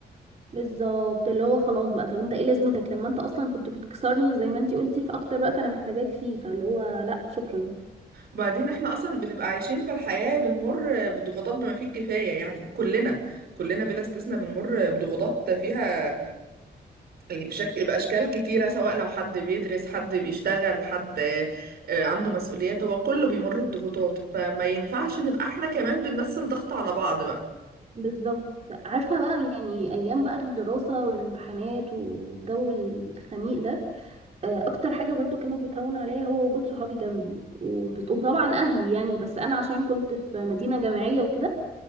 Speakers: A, on the right; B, on the right.
A: بالظبط اللي هو خلاص بقى طب انت ايه لازمتك لما انت اصلا كنت بتكسرني زي ما انتي قلتي في اكتر وقت انا محتاجاك فيه فاللي هو لا شكرا
B: وبعدين احنا اصلا بنبقى عايشين في الحياه بنمر بضغوطات بما فيه الكفايه يعني كلنا كلنا بلا استثناء بنمر بضغوطات فيها يعني بشكل بأشكال كتيرة سواء لو حد بيدرس حد بيشتغل حد آه، آه، عنده مسؤوليات هو كله بيمر بضغوطات فما ينفعش نبقى احنا كمان بنمثل ضغط على بعض بقى
A: بالظبط عارفة بقى يعني ايام بقى الدراسة والامتحانات والجو الخنيق ده آه، اكتر حاجة برضو كانت بتهون عليا هو وجود صحابي جنبي وبت- وطبعا اهلي يعني بس انا عشان كنت في مدينة جامعية وكده